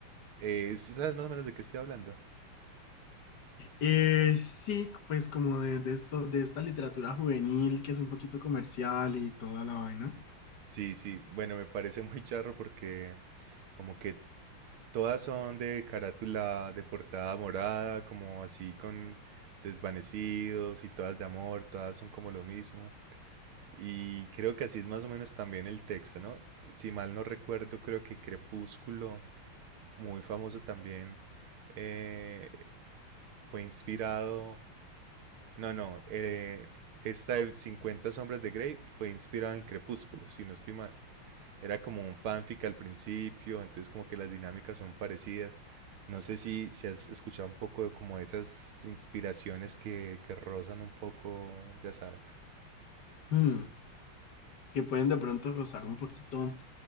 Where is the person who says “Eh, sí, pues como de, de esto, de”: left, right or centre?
Left